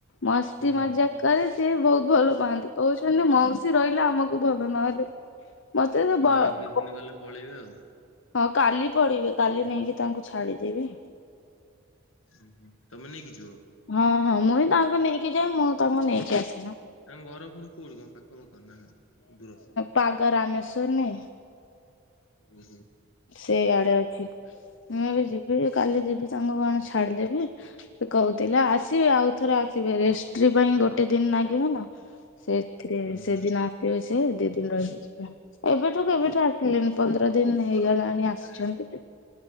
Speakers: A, on the left; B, on the left.
A: ମସ୍ତି
B: ହୁଁ
A: ମଜାକ୍
B: ହୁଁ
A: କରେ ସିଏ ବହୁତ ଭଲ ପାଆନ୍ତି। କହୁଛନ୍ତି ମଉସୀ ରହିଲେ ଆମକୁ ଭଲ ନହେଲେ। ମତେ ତ
B: ପୁଣି
A: ବ
B: ଆଉ କିଛି ଦିନ ଗଲେ ପଳେଇବେ ଆଉ
A: ହଁ କାଲି ପଳେଇବେ କାଲି ନେଇକି ତାଙ୍କୁ ଛାଡିଦେବି।
B: ଉ ହୁଁ ତମେ ନେଇକି ଯିବ?
A: ହଁ ହଁ ମୁଁ ହିଁ ତାଙ୍କୁ ନେଇକି ଯାଏ ମୁଁ ତାଙ୍କୁ ନେଇକି ଆସିନ।
B: ତାଙ୍କ ଘର ପୁଣି କୋଉଠି କଣ ପାଖ ପାଖ ନା ଦୂର?
A: ପାଗା ରାମେଶ୍ଵର ନୁହେ
B: ଓହୋ
A: ସେଇଆଡେ ଅଛି ମୁଁ ବି ଯି ବି କାଲି ଯିବି ତାଙ୍କୁ କଣ ଛାଡିଦେବି ସେ କହୁ ତିଲେ ଆସିବେ ଆଉ ଥରେ ଆସିବେ ରେଷ୍ଟ୍ରି ପାଇଁ ଗୋଟେ ଦିନ ନାଗିବ ନା। ସେଥିରେ
B: ହୁଁ
A: ସେଦିନ
B: ହୁଁ
A: ଆସିବ ସେ ଦି ଦିନ ରହିକି ଯିବେ, ଏବେଠୁ କେବେଠୁ ଆସିଲେନି? ପନ୍ଦର ଦିନ ହେଇଗଲାଣି ଆସିଛନ୍ତି